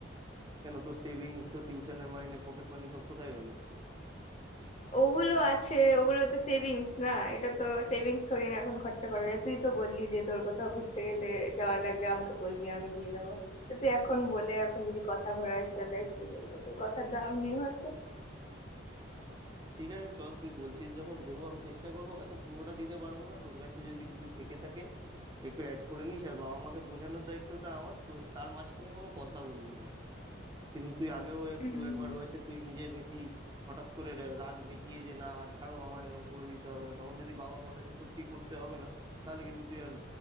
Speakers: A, on the right (about 20°); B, on the left (about 35°).
A: কেন তোর সেভিংস তো টিউশনের মাইনে পকেট মানি সব কোথায় গেল
B: ওগুলো আছে ওগুলো তো সেভিংস না এটা তো সেভিংস থোড়ি না এখন খরচা করা যায় তুই তো বললি যে তোর কোথাও ঘুরতে গেলে যাওয়া লাগলে আমাকে বলবি আমি দিয়ে দেবো তো তুই এখন বলে এখন যদি কথা ঘোরাস তাহলে আর কি বলবো তোর কথার দাম নেই হয়তো
A: আচ্ছা ঠিক আছে চল তুই বলছিস যখন দেবো আমি চেষ্টা করবো হয়তো পুরোটা দিতে পারবো না তোর কাছে যদি কিছু থেকে থাকে একটু অ্যাড করে নিস আর বাবা মাকে বোঝানোর দায়িত্বটা আমার তো তার মাঝখানে কোনো কথা বলবি না কিন্তু তুই আগেও এর
B: হুম
A: দু একবার হয়েছে তুই নিজে বেশি হঠাৎ করে রা- রাগ দেখিয়ে যে না ছাড়ো আমায় এরকম করে দিতে হবে না তখন যদি বাবা বলে যে সত্যি করতে হবে না তাহলে কিন্তু তুই আর